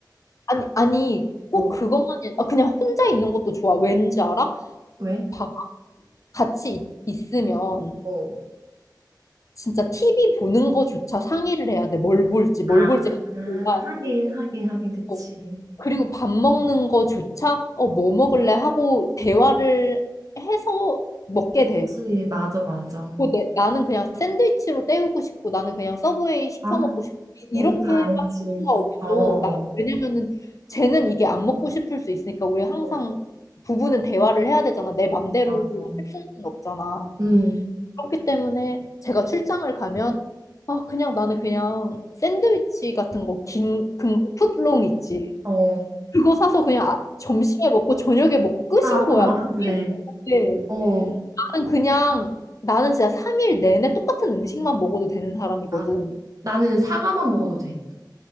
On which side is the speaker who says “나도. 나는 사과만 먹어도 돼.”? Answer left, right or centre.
Right